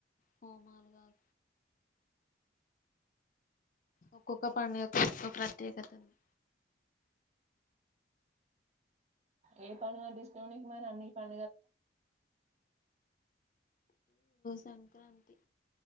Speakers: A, on the left (about 45°); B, on the right (about 35°).
A: హోమాలు <unintelligible> ఒకొ ఒక పన్ని ఒక ఒక క ప్రత్యేకత ఉంది
B: ఏ పండుగలు తీసావు ననికి మరి అన్ని పండుగలలా
A: సంక్రాంతి